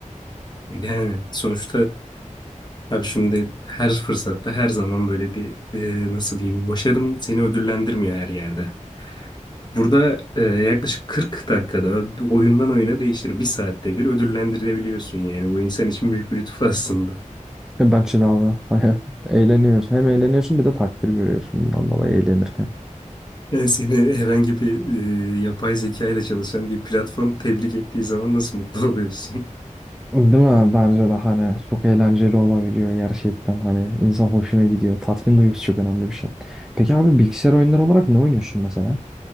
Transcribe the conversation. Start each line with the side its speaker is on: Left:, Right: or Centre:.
Left: Yani sonuçta abi şimdi her fırsatta her zaman böyle bir e, nasıl diyeyim başarın seni ödüllendirmiyor her yerde. Burada e, yaklaşık 40 dakikada oyundan oyuna değişir. Bir saatte bir ödüllendirilebiliyorsun yani. Bu insan için büyük bir lütuf aslında.
Centre: Ya Bence de abi. <laughs> Eğleniyorsun. Hem eğleniyorsun bir de takdir görüyorsun bundan dolayı eğlenirken.
Left: Yani seni herhangi bir e, yapay zeka ile çalışan bir platform tebrik ettiği zaman nasıl mutlu <laughs> oluyorsun?
Centre: Değil mi? Bence de hani çok eğlenceli olabiliyor gerçekten hani insan hoşuna gidiyor. Tatmin duygusu çok önemli bir şey. Peki abi bilgisayar oyunları olarak ne oynuyorsun mesela?